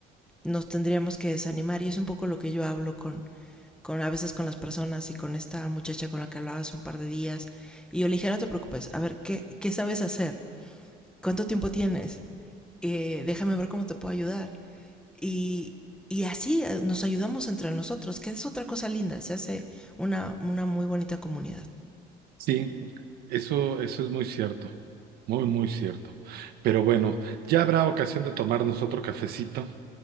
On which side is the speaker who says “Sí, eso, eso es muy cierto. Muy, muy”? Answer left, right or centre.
Right